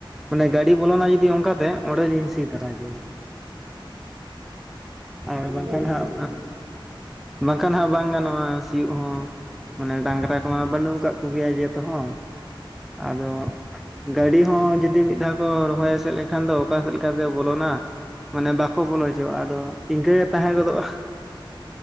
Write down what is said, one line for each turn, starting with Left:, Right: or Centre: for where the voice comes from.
Centre: ᱢᱟᱱᱮ ᱜᱟᱺᱰᱤ ᱵᱚᱞᱚᱱᱟ ᱡᱩᱫᱤ ᱚᱱᱠᱟᱛᱮ ᱚᱸᱰᱮ ᱞᱤᱧ ᱥᱤ ᱛᱚᱨᱟ ᱦᱚᱪᱚᱭᱟ ᱾ ᱟᱨ
Right: ᱮᱠᱫᱚᱢ
Centre: ᱵᱟᱝᱠᱷᱟᱱ
Right: ᱮᱠᱫᱚᱢ
Centre: ᱦᱟᱸᱜ
Right: ᱮᱠᱫᱚᱢ
Centre: ᱵᱟᱝᱠᱷᱟᱱ ᱦᱟᱸᱜ ᱵᱟᱝ ᱜᱟᱱᱚᱜᱼᱟ ᱥᱤᱭᱳᱜ ᱦᱚᱸ ᱾ ᱢᱟᱱᱮ ᱰᱟᱝᱨᱟ ᱠᱚ ᱢᱟ ᱵᱟᱹᱱᱩᱜ ᱠᱟᱫ ᱠᱚᱜᱮᱭᱟ ᱡᱮ ᱛᱚ ᱦᱚᱸ ᱟᱫᱚᱼᱼ ᱜᱟᱺᱰᱤ ᱦᱚᱸ ᱡᱩᱫᱤ ᱢᱤᱫ ᱫᱷᱟᱣ ᱠᱚ ᱨᱚᱦᱚᱭ ᱮᱥᱮᱫ ᱞᱮᱠᱷᱟᱱ ᱫᱚ ᱚᱠᱟ ᱥᱮᱫ ᱞᱮᱠᱟᱛᱮ ᱵᱚᱞᱚᱱᱟ ᱾ ᱢᱟᱱᱮ ᱵᱟᱠᱚ ᱵᱚᱞᱚ ᱦᱚᱪᱚᱣᱟᱜᱼᱟ, ᱟᱫᱚ ᱤᱱᱠᱟᱹ ᱜᱮ ᱛᱟᱦᱮᱸ ᱜᱚᱫᱚᱜᱼᱟ ᱾